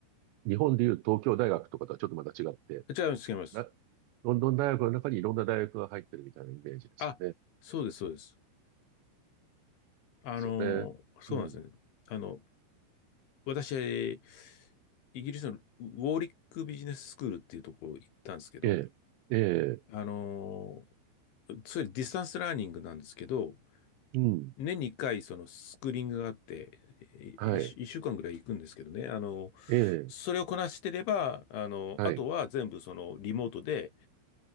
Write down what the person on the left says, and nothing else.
違います、違います。
あ、
そうです、そうです。あの、
そうなんですね。
あの、私、イギリスのウォーリックビジネススクールっていうところ行ったんですけど、
あの、それディスタンスラーニングなんですけど、
年に1回、そのスクリーニングがあって、
い一週間ぐらい行くんですけどね、あの、
それをこなしてれば、あの、
あとは全部そのリモートで、